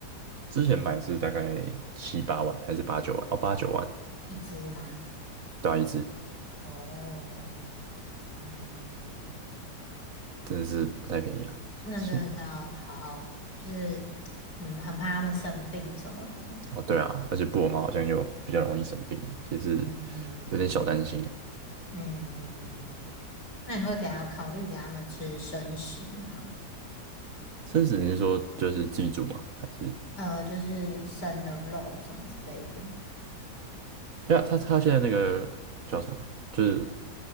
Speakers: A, on the right; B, on the left.
A: 之前买是大概七八万还是八九万？哦，八九万，
B: 一只吗？
A: 对啊，一只
B: 哦，嗯嗯嗯，
A: 真的是不太便宜啊。
B: 那真的是要好好，
A: 现
B: 就是很很怕它们生病什么的。
A: 哦，对啊，而且布偶猫好像又比较容易生病，也是
B: 嗯
A: 有点小担心啊。
B: 嗯，那你会给它考虑给它们吃生食吗？
A: 生死你是说就是自己煮吗？还是？
B: 呃，就是生的肉什么之类的。
A: 因为他他现在那个叫什么？就是